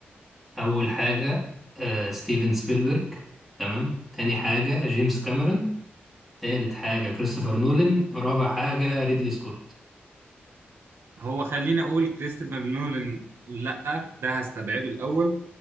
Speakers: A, in the centre; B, on the right.
A: أول حاجة آه، ستيفن سبيلبرج تمام تاني حاجة جيمس كاميرون تالت حاجة كريستوفر نولان رابع حاجة ريدلي سكوت
B: هو خليني اقول كريستوفر نولان لا ده هستبعده الاول